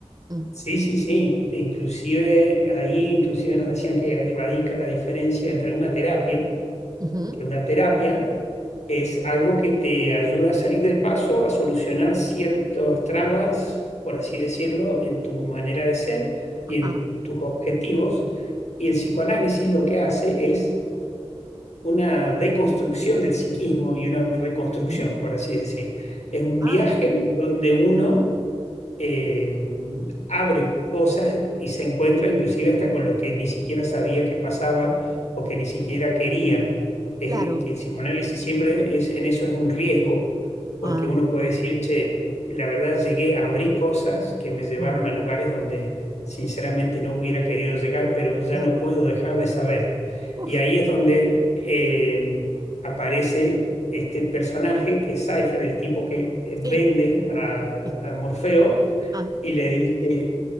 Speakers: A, on the right; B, on the left.
A: Mm.
B: Sí, sí, sí. E Inclusive ahí inclusive nos decían que radica la diferencia entre una terapia,
A: Ujú.
B: que una terapia Es algo que te ayuda a salir del paso, a solucionar ciertas trabas, por así decirlo, en tu manera de ser y
A: Ajá.
B: en tus objetivos. Y el psicoanálisis lo que hace es una deconstrucción del psiquismo y una reconstrucción,
A: Mm.
B: por así decir. Es un
A: Ah,
B: viaje donde uno eh, abre cosas y se encuentra inclusive hasta con lo que ni siquiera sabía que pasaba o que ni siquiera quería. Es
A: claro.
B: que el psicoanálisis siempre es, en eso es un riesgo, porque
A: Ah,
B: uno puede decir, che, la verdad llegué, abrí cosas que me llevaron
A: mm,
B: a lugares donde sinceramente no hubiera querido llegar, pero ya
A: claro.
B: no puedo dejar de saber.
A: Uf,
B: Y ahí es donde eh, aparece este personaje que es Cypher, el tipo que eh, vende
A: sí.
B: a
A: <laughs>
B: a Morfeo
A: Ah,
B: y le dice,